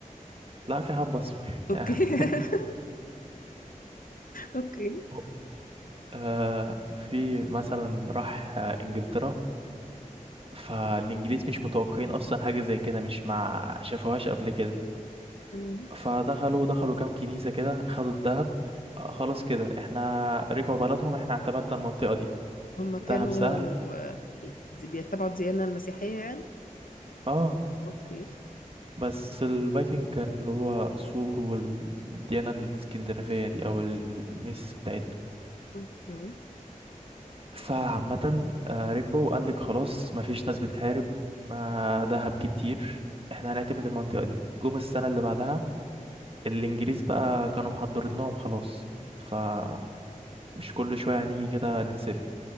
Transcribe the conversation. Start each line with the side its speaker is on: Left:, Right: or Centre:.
Right: لا، في حب اصفر
Left: اوكي
Right: يعني
Left: <laughs> اوكي
Right: <laughs> آه في مثلا راح آه، انجلترا فالانجليز مش متوقعين اصلا حاجه زي كده مش ما شافوهاش قبل كده
Left: تمام
Right: فدخلوا دخلوا كام كنيسه كده خدوا الذهب آه خلاص كده احنا رجعوا بلدهم احنا اعتمدنا المنطقه دي
Left: هم كانوا
Right: ذهب سهل
Left: آه، بيتبعوا الديانة المسيحية يعني
Right: اه
Left: اوكي
Right: بس الفايكنج كان اللي هو سور والديانه الاسكندنافيه دي او الميس بتاعتهم
Left: آه، تمام
Right: فعامة آه، ركبوا وقال لك خلاص مفيش ناس بتحارب آه، دهب كتير احنا هنعتمد المنطقة دي جم السنة اللي بعدها الإنجليز بقى كانوا محضرين لهم خلاص فمش كل شوية هنيجي كده نتسرق